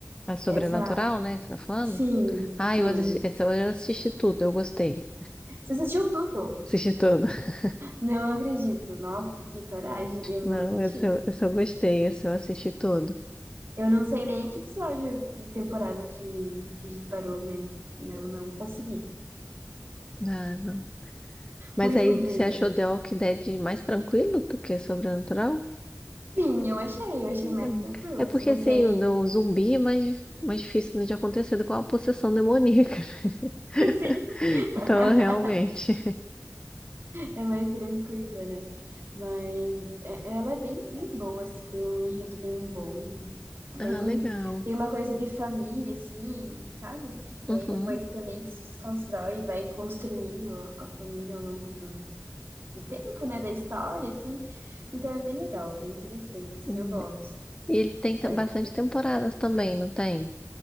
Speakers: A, on the left; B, on the right.
A: mas sobrenatural,
B: Essa,
A: né, que você tá falando?
B: sim,
A: Ah,
B: sim.
A: eu assisti, esse eu assisti tudo, eu gostei.
B: Você assistiu tudo?
A: Assisti tudo. <laughs>
B: Não acredito. Nossa, que coragem. Eu
A: Não,
B: não assisti.
A: esse eu, esse eu gostei, esse eu assisti tudo.
B: Eu não sei nem que episódio e temporada que, que a gente parou, mas eu não consegui.
A: Ah, não. Mas
B: Muito
A: aí
B: comprida.
A: você achou The Walking Dead mais tranquilo do que sobrenatural?
B: Sim, eu achei, eu achei
A: Hum.
B: mais tranquilo,
A: É
B: assim,
A: porque
B: não
A: assim,
B: sei
A: o do zumbi é mais, mais difícil né, de acontecer do que uma possessão demoníaca. <laughs>
B: Sim, <laughs>
A: Então, realmente.
B: é mais tranquila, né? Mas é- ela é bem, bem boa, assim, tem um enredo bem bom, bem,
A: Ah, legal.
B: tem uma coisa de família, assim, sabe? E
A: Uhum.
B: aí depois também se desconstrói e vai construindo a a família ao longo do, do tempo, né? Da história, assim. Então é bem legal, bem interessante, assim,
A: Hum.
B: eu gosto.
A: E ele tem ta-
B: Só
A: bastante
B: que
A: temporadas também, não tem?